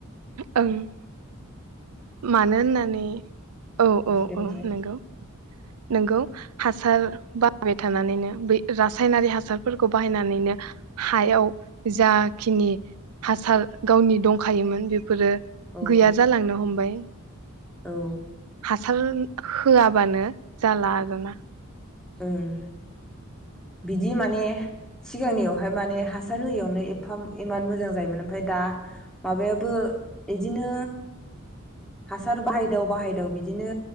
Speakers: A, on the right; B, in the centre.
A: ओं मानो होननानै औ औ
B: दे
A: औ
B: बुंलाय
A: नंगौ नोंगौ हासार बाहायबाय थानानैनो बै रासायनारि हासारफोरखौ बाहायनानैनो हायाव जाखिनि हासार गावनि दंखायोमोन बे फोर
B: औ
A: गैया जालांनो हम बाय
B: औ
A: हासार होआबानो जाला आरोना ।
B: ओं बिदि माने सिगांनियावहाय माने हासार होयियावनो एफा इमान मोजां जायोमोन ओमफफ्राय दा माबायाबो बिदिनो हासार बाहायदाव बाहायदाव बिदिनो